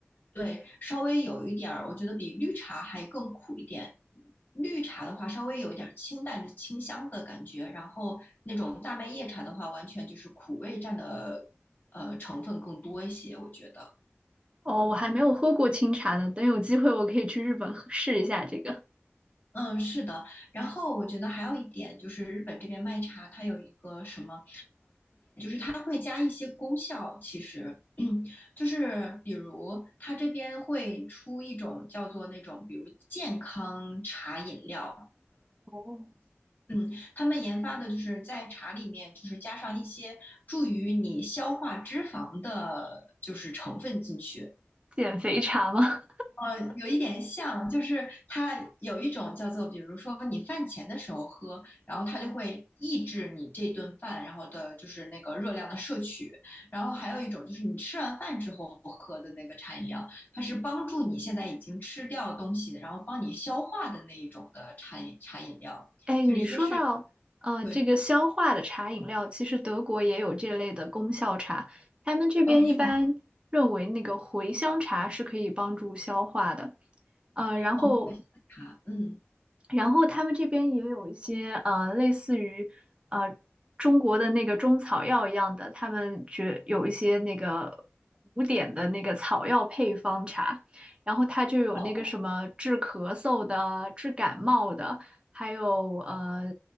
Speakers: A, on the left (about 40°); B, on the right (about 25°).
A: 对，稍微有一点儿，我觉得比绿茶还更苦一点。绿茶的话，稍微有一点儿清淡的清香的感觉，然后那种大麦叶茶的话，完全就是苦味占的呃成分更多一些，我觉得。
B: 哦，我还没有喝过清茶呢，等有机会我可以去日本喝试一下这个。
A: 嗯，是的。然后我觉得还有一点就是日本这边卖茶，它有一个什么它会加一些功效，其实 <clears throat> 就是比如它这边会出一种叫做那种比如健康茶饮料，
B: 哦，
A: 嗯，他们研发的就是在茶里面就是加上一些助于你消化脂肪的，就是成分进去，
B: <laughs> 减肥茶吗？
A: 呃，有一点像，就是它有一种叫做，比如说你饭前的时候喝，然后它就会抑制你这顿饭，然后的就是那个热量的摄取，然后还有一种就是你吃完饭之后喝的那个茶饮料，它是帮助你现在已经吃掉东西的，然后帮你消化的那一种的茶饮茶饮料，
B: <laughs> 哎，
A: 就是一个是
B: 你说到呃这个消化的茶饮料，
A: 对，
B: 其实德国也有这类的功效茶，他们这边一般认为那个茴香茶是可以帮助消化的，
A: 哦，是吗？
B: 呃，然后
A: 哦，我也想查，嗯，
B: 然后他们这边也有一些呃，类似于呃中国的那个中草药一样的，他们觉有一些那个古典的那个草药配方茶，然后它就有那个什么治咳嗽的、
A: 哦
B: 治感冒的，还有呃